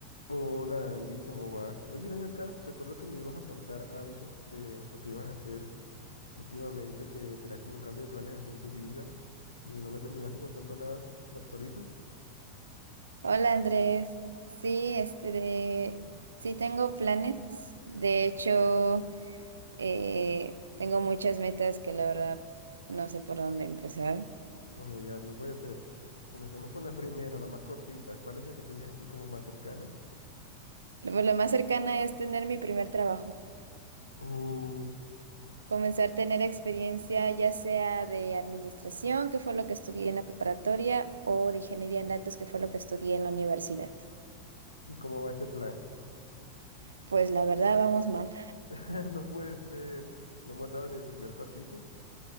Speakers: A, on the left; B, on the right.
A: Hola Andy, ¿cómo vas? Oye, ven acá, recuerdo que me ibas a contar algo de lo que ibas a hacer últimamente, que tenías como un cambio de planes así en tu vida y no me terminaste contando nada. ¿Me actualizas?
B: Hola Andrés, sí, este de, sí tengo planes, de hecho eh, tengo muchas metas que la verdad no sé por dónde empezar.
A: Oh my God, no puede ser. Comencemos con la <laughs> primera, la más cortita. ¿Cuál es la que tienes así como más cercana?
B: Lo, pues, lo más cercana es tener mi primer trabajo,
A: Uh,
B: comenzar a tener experiencia ya sea de administración, que fue lo que estudié en la preparatoria, o de ingeniería en datos, que fue lo que estudié en la universidad.
A: ¿y ¿cómo va ese plan?
B: Pues la verdad vamos mal.
A: <laughs> No puede ser. No hemos dado ni el primer pasito.